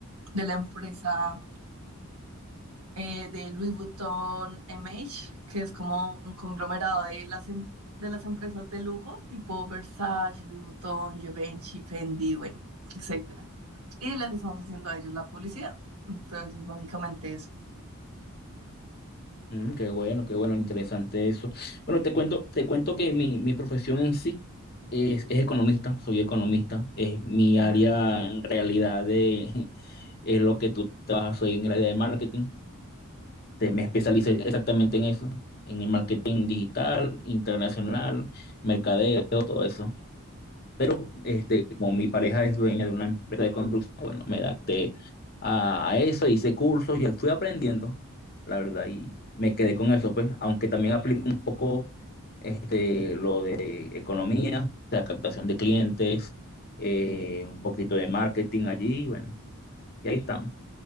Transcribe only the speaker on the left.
Mm, qué bueno, qué bueno, interesante eso. Bueno, te cuento, te cuento que mi, mi profesión en sí es, es economista, soy economista, es mi
área en realidad de, <laughs> es lo que tú trabajas, soy en el área de marketing, te, me especialicé exactamente en eso, en el marketing digital, internacional, mercadeo, todo eso. Pero este, como mi pareja es dueña de una empresa de construcción, bueno, me adapté a, a eso, hice cursos y fui aprendiendo, la verdad, y me quedé con eso, pues, aunque también aplico un poco este, lo de economía, o sea, captación de clientes, eh, un poquito de marketing allí, bueno, y ahí estamos.